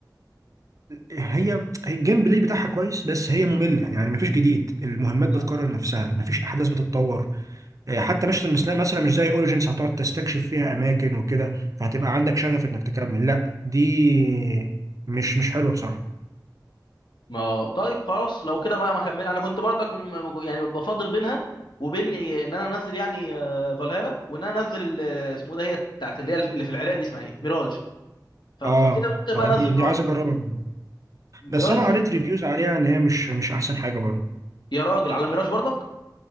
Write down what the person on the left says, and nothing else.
اه
آه.
ما طيب خلاص لو كده ما ما كمل انا كنت برضك م- يعني بفضل بينها وبين ان انا انزل يعني آه، فالهالا وان انا انزل ال- اسمه ده هي بتاعت اللي هي اللي في العراق دي اسمها ايه ميراج ف- فكده
ممكن بقى
انزل
ميراج
بقى
ميراج
دي
يا راجل على ميراج برضك